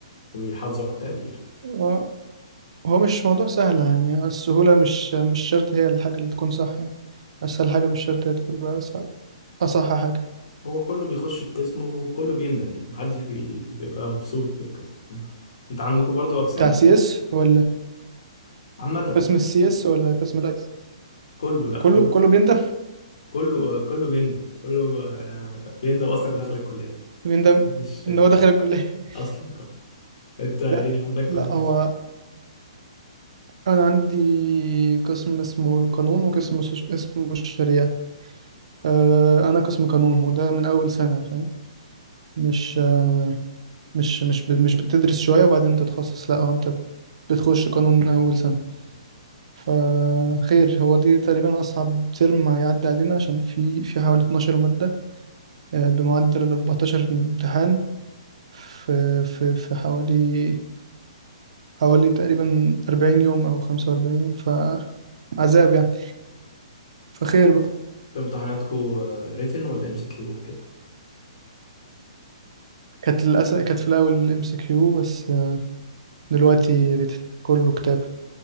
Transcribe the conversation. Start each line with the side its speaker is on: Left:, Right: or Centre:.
Left: ويحافظوا على التقدير
Right: شويه هو مش موضوع سهل يعني السهولة مش مش شرط هي الحاجة اللي تكون صح يعني أسهل حاجة مش شرط هي تبقى أصح أصح حاجة
Left: هو كله بيخش القسم وكله بيندم يعني محدش بي- بيبقى مبسوط بالقسم انت عندكم برضو اقسام
Right: بتاع سي اس ولا
Left: عامة
Right: قسم السي اس ولا قسم الاي سي اس
Left: كله لا
Right: كله
Left: كله
Right: كله بيندم
Left: كله كله بيندم كله آه، بيندم اصلا داخل الكلية
Right: بيندم
Left: محدش
Right: إن
Left: آه،
Right: هو دخل الكلية <laughs>
Left: اصلا آه. انت ايه
Right: لا
Left: عندك
Right: لا
Left: كام قسم؟
Right: هو أنا عندي قسم اسمه قانون وقسم سش- اسمه الشريعة أه، أنا قسم قانون وده من أول سنة فاهم مش أه، مش مش ب- مش بتدرس شوية وبعدين تتخصص لا هو أنت بتخش قانون من أول سنة فخير هو دي تقريبا أصعب ترم هيعدي علينا عشان في في حوالي 12 مادة آه، بمعدل ال 14 امتحان في في في حوالي حوالي تقريبا 40 يوم أو 45 يوم فعذاب يعني فخير بقى
Left: انت امتحاناتكو ريتن ولا ام سي كيو وكده؟
Right: كانت للأسف كانت في الأول ام سي كيو بس آه، دلوقتي ريتن كله كتابة